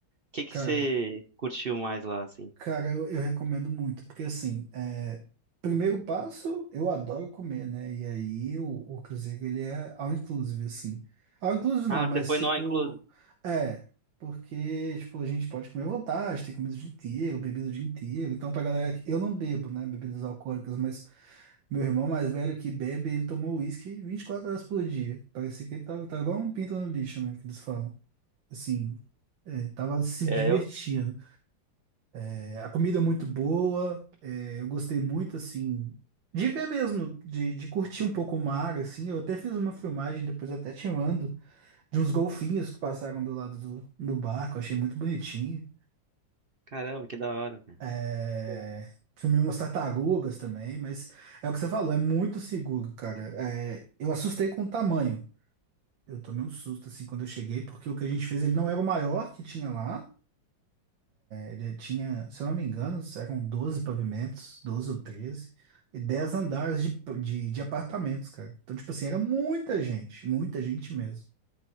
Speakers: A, on the right (about 50°); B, on the right (about 85°).
A: que que
B: cara.
A: você curtiu mais lá, assim?
B: Cara, eu, eu recomendo muito, porque assim, é, primeiro passo, eu adoro comer, né? E aí o, o Cruzeiro, ele é all inclusive, assim. All inclusive não,
A: Ah,
B: mas
A: você foi
B: tipo,
A: no All Inclusive?
B: é, porque, tipo, a gente pode comer à vontade, tem comida o dia inteiro, bebida o dia inteiro. Então, pra galera que, eu não bebo, né, bebidas alcoólicas, mas meu irmão mais velho que bebe, ele tomou uísque 24 horas por dia. Parecia que ele tava, tava igual um pinto no lixo, né, que eles falam. Assim, é, tava se
A: É,
B: divertindo.
A: eu...
B: É, a comida é muito boa, é, eu gostei muito, assim, de ver mesmo, de, de curtir um pouco o mar, assim. Eu até fiz uma filmagem, depois eu até te mando, de uns golfinhos que passaram do lado do, do barco, achei muito bonitinho.
A: Caramba, que da hora. cara.
B: É,
A: Bom.
B: filmei umas tartarugas também, mas é o que você falou, é muito seguro, cara. É, eu assustei com o tamanho. Eu tomei um susto, assim, quando eu cheguei, porque o que a gente fez, ele não era o maior que tinha lá. Ele tinha, se eu não me engano, eram 12 pavimentos, 12 ou 13 e 10 andares de, de, de apartamentos, cara. Então, tipo assim, era muita gente, muita gente mesmo.